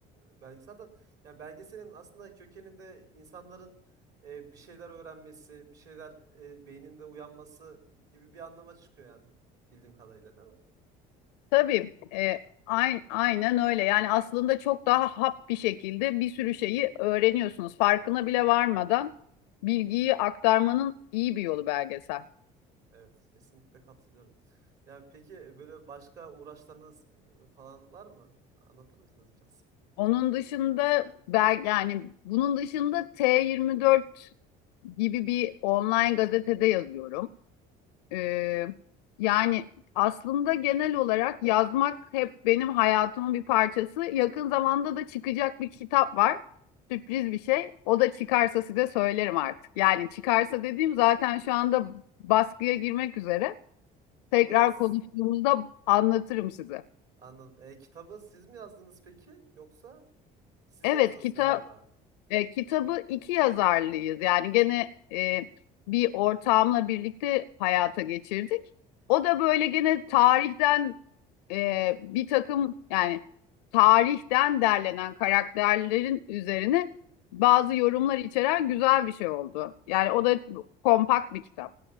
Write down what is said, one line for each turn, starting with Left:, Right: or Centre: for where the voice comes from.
Right: e, belge zaten yani belgeselin aslında kökeninde insanların e, bir şeyler öğrenmesi, bir şeyler e, beyninde uyanması gibi bir anlama çıkıyor yani bildiğim kadarıyla değil mi?
Left: Tabii e, ay- aynen öyle. Yani aslında çok daha hap bir şekilde bir sürü şeyi öğreniyorsunuz. Farkına bile varmadan bilgiyi aktarmanın iyi bir yolu belgesel.
Right: Evet, kesinlikle katılıyorum. Ya peki böyle başka uğraşlarınız e, falan var mı? Anlatır mısınız biraz?
Left: Onun dışında belki yani bunun dışında T24 gibi bir online gazetede yazıyorum. Ee, yani aslında genel olarak yazmak hep benim hayatımın bir parçası. Yakın zamanda da çıkacak bir kitap var. Sürpriz bir şey. O da çıkarsa size söylerim artık. Yani çıkarsa dediğim zaten şu anda baskıya girmek üzere.
Right: Kitabı
Left: Tekrar
Right: s-
Left: konuştuğumuzda anlatırım size.
Right: anladım. E, kitabı siz mi yazdınız peki? Yoksa siz
Left: Evet,
Right: yazdınız
Left: kitap
Right: galiba.
Left: E, kitabı iki yazarlıyız. Yani gene e, bir ortağımla birlikte hayata geçirdik. O da böyle gene tarihten e, bir takım yani tarihten derlenen karakterlerin üzerine bazı yorumlar içeren güzel bir şey oldu. Yani
Right: Hı.
Left: o da kompakt bir kitap.